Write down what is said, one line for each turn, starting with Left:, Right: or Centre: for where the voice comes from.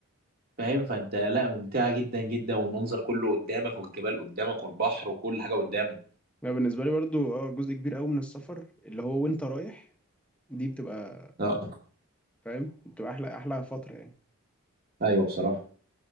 Right: فاهم فانت لا ممتعة جدا جدا والمنظر كله قدامك والجبال قدامك والبحر وكل حاجة قدامك
Centre: انا بالنسبه لي برضو اه جزء كبير قوي من السفر اللي هو وانت رايح دي بتبقى
Right: اه
Centre: فاهم بتبقى احلى احلى فتره يعني
Right: ايوه بصراحة